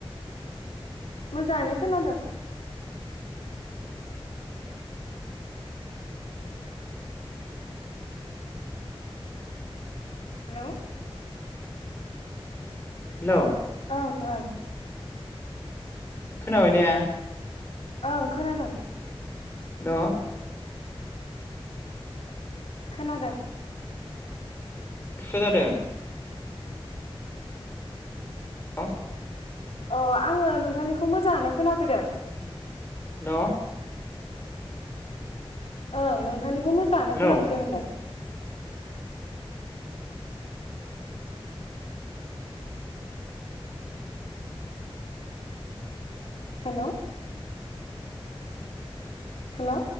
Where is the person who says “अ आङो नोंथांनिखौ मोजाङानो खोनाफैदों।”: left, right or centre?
Left